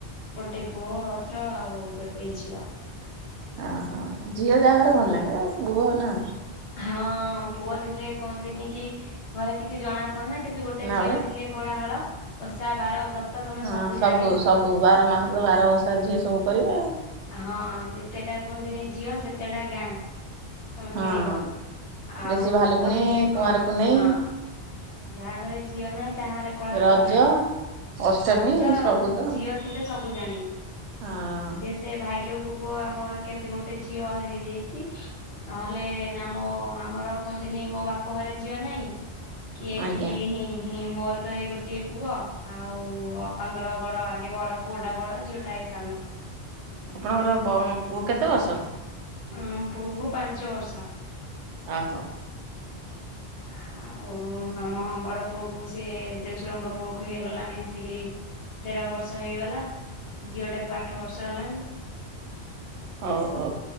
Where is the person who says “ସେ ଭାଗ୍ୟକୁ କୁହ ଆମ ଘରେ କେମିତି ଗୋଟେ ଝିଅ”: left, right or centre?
Left